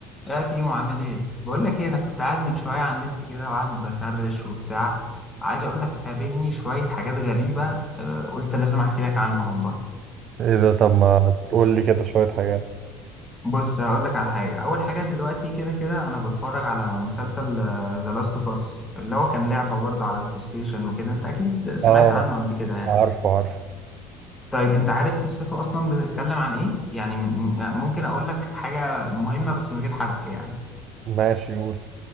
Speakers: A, on the left (about 20°); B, on the right (about 50°).
A: يا كيمو عامل ايه؟ بقول لك ايه انا كنت قاعد من شويه على النت كده وقاعد بسرش وبتاع عايز اقول لك قابلني شويه حاجات غريبه آه، قلت لازم احكي لك عنها والله
B: ايه ده طب ما تقول لي كده شوية حاجات
A: بص هقول لك على حاجه اول حاجه دلوقتي كده كده انا بتفرج على مسلسل ذا لاست اوف اس اللي هو كان لعبه برضه على البلاي ستيشن وكده انت اكيد سمعت
B: اه
A: عنه قبل كده يعني
B: عارفه عارفه
A: طيب انت عارف قصته اصلا بتتكلم عن ايه يعني م- م- ممكن اقول لك حاجه مهمه بس من غير حرق يعني
B: ماشي قول